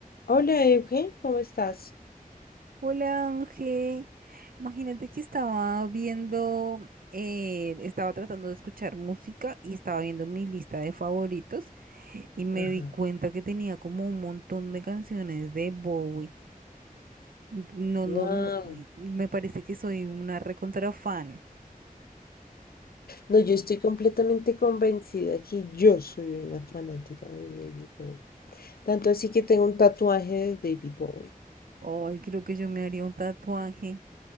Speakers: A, on the left; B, on the right.
A: Hola, Euge, ¿cómo estás?
B: Hola Ángel, imagínate que estaba viendo, eh, estaba tratando de escuchar música y estaba viendo mi lista de favoritos y me
A: Ajá.
B: di cuenta que tenía como un montón de canciones de Bowie. No,
A: Wow.
B: no, no, y me parece que soy una recontra fan.
A: No, yo estoy completamente convencida que yo soy una fanática de David Bowie. Tanto así que tengo un tatuaje de David Bowie.
B: Ay, creo que yo me haría un tatuaje.